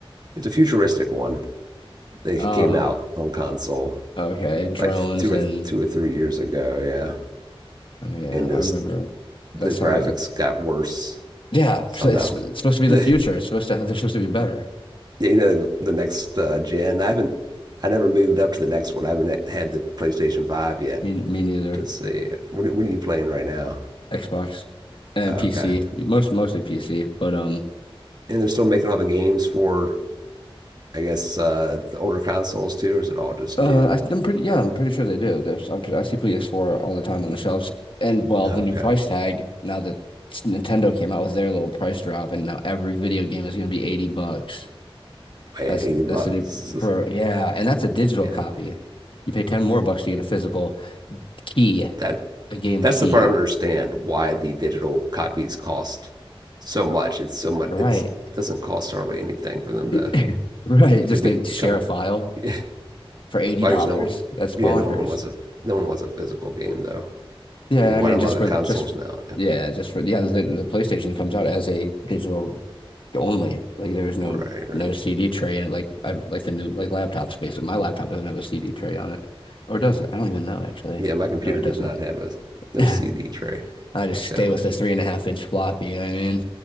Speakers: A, on the right; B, on the left.
A: it's a futuristic one. They
B: Oh,
A: came out on console
B: okay, drones
A: like two
B: and
A: or two or three years ago. Yeah,
B: Oh yeah,
A: and just
B: I remember. That's
A: the graphics
B: how it
A: got worse
B: Yeah, <laughs>
A: somehow.
B: it's, it's it's supposed
A: <laughs>
B: to be the
A: yeah,
B: future. It's supposed to have, they're supposed to be better.
A: you know the next uh, gen. I haven't. I never moved up to the next one. I haven't had the PlayStation Five yet
B: Me, me neither.
A: to see. What, what are you playing right now?
B: Xbox and
A: Okay,
B: PC, most mostly PC, but um,
A: and they're still making all the games for. I guess uh, the older consoles too, or is it all just
B: uh,
A: new?
B: I, I'm pretty yeah, I'm pretty sure they do. There's I'm, I see PS4 all the time on the shelves, and well,
A: Okay,
B: the new price tag now that s- Nintendo came out with their little price drop, and now every video game is going to be 80 bucks.
A: man,
B: That's
A: eighty bucks.
B: that's the new for yeah, and that's a digital
A: <laughs> Man,
B: copy. You pay 10 more bucks to get a physical key,
A: that
B: a game
A: that's
B: key.
A: the part I don't understand why the digital copies cost so much. It's so much.
B: Right.
A: It's doesn't cost hardly anything for them
B: <clears throat>
A: to.
B: Right.
A: It
B: Just
A: could be
B: to share
A: a couple.
B: a file
A: <laughs> Yeah,
B: for $80.
A: Well, I guess no one.
B: That's bonkers.
A: Yeah, no one wants a no one wants a physical game though.
B: Yeah,
A: And
B: I
A: why
B: mean
A: do a lot
B: just
A: of the
B: for
A: consoles
B: just
A: now?
B: f-
A: Yeah.
B: yeah, just for yeah, the, the PlayStation comes out as a digital only. Like there's no
A: Right, right.
B: no CD tray in it like I, like the new like laptops basically. My laptop doesn't have a CD tray on it. Or does it? I don't even know actually.
A: Yeah, my computer
B: No, it
A: does
B: doesn't.
A: not have a
B: <laughs>
A: no
B: I
A: CD tray.
B: just
A: It's
B: stay
A: gotta
B: with
A: let
B: the three
A: you.
B: and a half inch floppy, you know